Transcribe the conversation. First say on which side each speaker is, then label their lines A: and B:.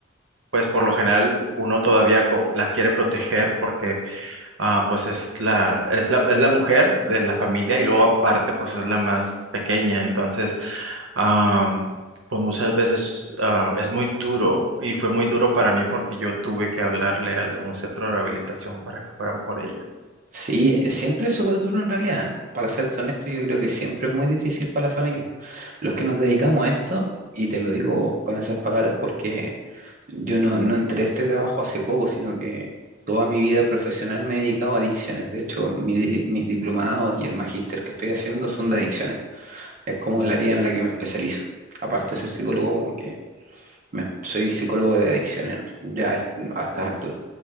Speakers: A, on the right; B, on the right.
A: pues por lo general uno todavía co- la quiere proteger porque ah, pues es la es la es la mujer de la familia y luego aparte pues es la más pequeña, entonces am, pues muchas veces ah, es muy duro y fue muy duro para mí porque yo tuve que hablarle a un centro de rehabilitación para que fueran por ella.
B: Sí, eh, siempre es súper duro en realidad. Para serte honesto, yo creo que siempre es muy difícil para la familia. Los que nos dedicamos a esto, y te lo digo con esas palabras porque yo no, no entré a este trabajo hace poco, sino que toda mi vida profesional me he dedicado a adicciones. De hecho, mi di- mis diplomados y el magíster que estoy haciendo son de adicciones. Es como
A: Mm,
B: el área en la que me especializo. Aparte de ser psicólogo, como que me- soy psicólogo de adicciones ya es- a estas alturas.